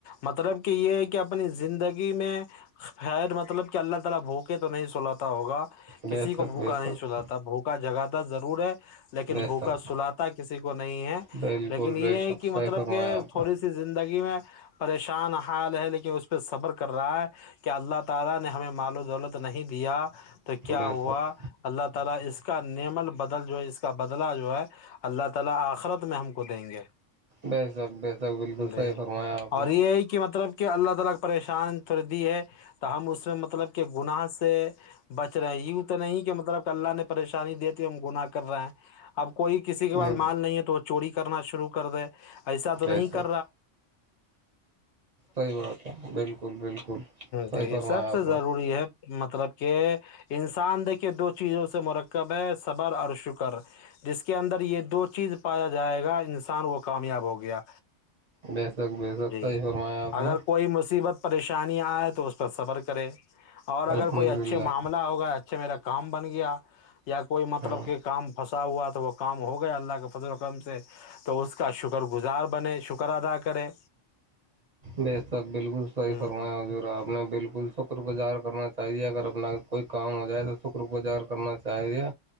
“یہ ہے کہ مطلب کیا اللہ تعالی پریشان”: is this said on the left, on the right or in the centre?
Left